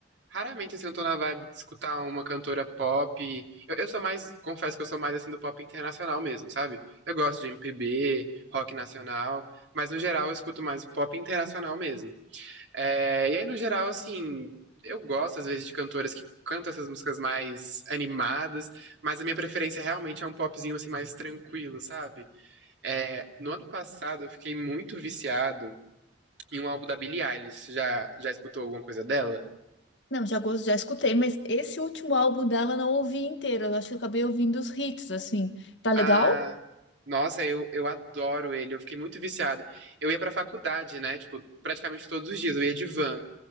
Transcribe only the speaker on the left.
Não, já, gos- já escutei, mas esse último álbum dela eu não ouvi inteiro. Eu acho que eu acabei ouvindo os hits, assim. Tá legal?